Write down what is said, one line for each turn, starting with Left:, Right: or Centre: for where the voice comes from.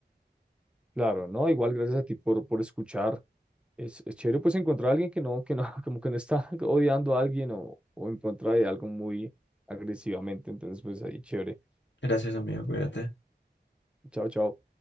Centre: claro, ¿no? Igual gracias a ti por, por escuchar. Es, es chévere pues encontrar a alguien que no, que no, <laughs> como que no está <laughs> odiando a alguien o, o en contra de algo muy agresivamente. Entonces, pues ahí, chévere.
Left: Gracias, amigo, cuídate.
Centre: Chao, chao.